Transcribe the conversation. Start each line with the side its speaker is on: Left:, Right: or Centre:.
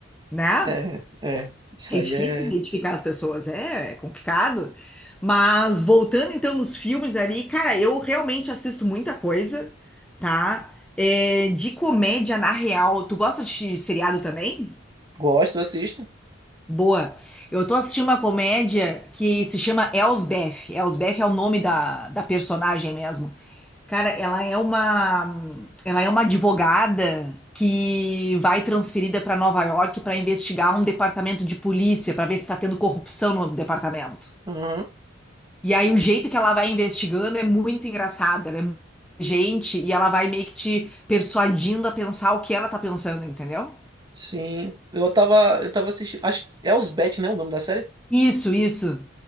Centre: né?
Right: É, é. Isso
Centre: É
Right: aí
Centre: difícil
Right: é.
Centre: identificar as pessoas, é, é complicado. Mas voltando então nos filmes ali, cara, eu realmente assisto muita coisa, tá? É, de comédia na real. Tu gosta de seriado também?
Right: Gosto, assisto.
Centre: Boa. Eu tô assistindo uma comédia que se chama Elsbeth. Elsbeth é o nome da, da personagem mesmo. Cara, ela é uma ela é uma advogada que vai transferida para Nova York para investigar um departamento de polícia para ver se está tendo corrupção no departamento.
Right: Aham.
Centre: E aí o jeito que ela vai investigando é muito engraçado, ela é muito inteligente e ela vai meio que te persuadindo a pensar o que ela tá pensando, entendeu?
Right: Sim. Eu tava. Eu tava assistindo. Acho que é Elsbeth, né? O nome da série?
Centre: Isso, isso.